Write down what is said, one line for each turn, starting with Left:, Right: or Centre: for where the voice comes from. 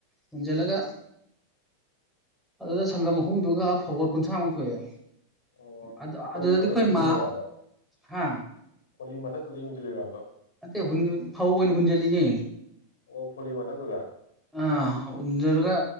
Centre: ꯍꯨꯟꯖꯜꯂꯒ ꯑꯗꯨꯗ ꯁꯪꯒꯝ ꯑꯍꯨꯝꯗꯨꯒ ꯐꯕꯣꯠ ꯀꯨꯟꯊ꯭ꯔꯥꯃꯨꯛ ꯊꯣꯛꯑꯦ
Left: ꯑꯣ
Centre: ꯑꯗꯨ
Left: ꯐꯣꯂꯤ
Centre: ꯑꯗꯨꯗꯗꯤ
Left: ꯃꯊꯛꯇ
Centre: ꯑꯩꯈꯣꯏ
Left: ꯌꯨꯡꯉꯤꯔꯕ
Centre: ꯃꯥ ꯍꯥ
Left: ꯐꯣꯂꯤ ꯃꯊꯛꯇꯨꯗ ꯌꯨꯡꯁꯤꯜꯂꯤꯔꯕ
Centre: ꯅꯠꯇꯦ ꯍꯨ ꯍꯨꯟ ꯐꯧ ꯑꯣꯏꯅ ꯍꯨꯟꯖꯜꯂꯤꯅꯦ
Left: ꯑꯣ ꯐꯣꯂꯤ ꯃꯊꯛꯇꯨꯗ
Centre: ꯑꯥ ꯍꯨꯟꯖꯜꯂꯒ